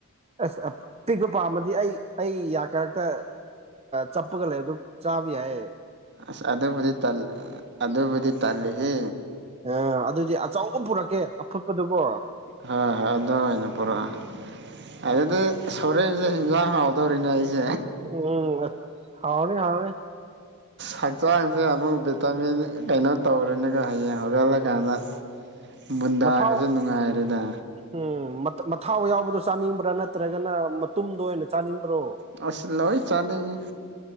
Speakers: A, on the right; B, on the right.
A: ꯑꯁ ꯑꯄꯤꯛꯄ ꯄꯥꯝꯃꯗꯤ ꯑꯩ ꯑꯩ ꯌꯥ ꯀꯔꯛꯇ ꯆꯄꯒ ꯂꯩꯌꯦ ꯑꯗꯨ ꯆꯥꯕꯌꯥꯏꯌꯦ
B: ꯑꯁ ꯑꯗꯨꯕꯨꯗꯤ ꯑꯗꯨꯕꯨꯗꯤ ꯇꯜꯂꯦꯍꯦ
A: ꯑ ꯑꯗꯨꯗꯤ ꯑꯆꯧꯕ ꯄꯨꯔꯛꯀꯦ ꯑꯐꯨꯠꯄꯗꯨꯀꯣ
B: ꯍꯥꯥ ꯍ ꯑꯗꯨ ꯑꯣꯏꯅ ꯄꯨꯔꯛꯑꯣ ꯑꯗꯨꯗꯤ ꯍꯣꯔꯦꯟꯁꯦ ꯍꯤꯡꯖꯥꯡ ꯍꯥꯎꯗꯧꯔꯤꯅꯦ ꯑꯩꯁꯦ
A: ꯎꯝ ꯍꯥꯎꯔꯅꯤ ꯍꯥꯎꯔꯅꯤ
B: ꯍꯛꯆꯥꯡꯁꯦ ꯑꯃꯨꯛ ꯚꯤꯇꯥꯃꯤꯟ ꯀꯩꯅꯣ ꯇꯧꯔꯨꯅꯤꯀꯣ ꯍꯥꯌꯦ ꯍꯧꯒꯠꯂꯀꯥꯟꯗ
A: ꯎꯝ
B: ꯃꯨꯟꯗꯥꯒꯁꯨ
A: ꯃꯊꯥꯎ
B: ꯅꯨꯡꯉꯥꯏꯔꯦꯗ
A: ꯎꯝ ꯃꯊꯥꯎ ꯌꯥꯎꯕꯗꯣ ꯆꯥꯅꯤꯡꯕ꯭ꯔꯥ ꯅꯠꯇ꯭ꯔꯒꯅ ꯃꯇꯨꯝꯗ ꯑꯣꯏꯅ ꯆꯥꯅꯤꯡꯕ꯭ꯔꯣ
B: ꯑꯁ ꯂꯣꯏ ꯆꯥꯅꯤꯡꯉꯤ